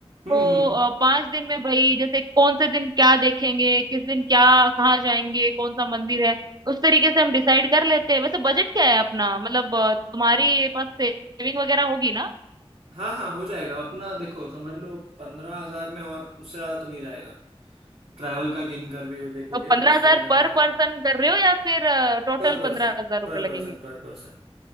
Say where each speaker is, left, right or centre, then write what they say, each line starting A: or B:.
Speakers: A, on the right; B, on the right.
A: हम्म
B: तो
A: हम्म
B: अ, पांच दिन में भाई जैसे कौन से दिन क्या देखेंगे किस दिन क्या कहाँ जाएंगे कौन सा मंदिर है उस तरीके से हम डिसाइड कर लेते हैं वैसे बजट क्या है अपना मतलब अ, तुम्हारे पास सेविंग वगैरह होगी ना
A: हाँ हाँ हो जाएगा अपना देखो समझ लो पंद्रह हजार में और उससे ज्यादा तो नहीं जाएगा ट्रैवल का गिन कर भी देखोगे
B: तो पंद्रह
A: तो उससे
B: हजार
A: ज्यादा नहीं
B: पर
A: जाएगा
B: पर्सन कर रहे हो या फिर टोटल
A: Per person
B: पंद्रह हजार रुपए
A: per
B: लगेंगे
A: person per person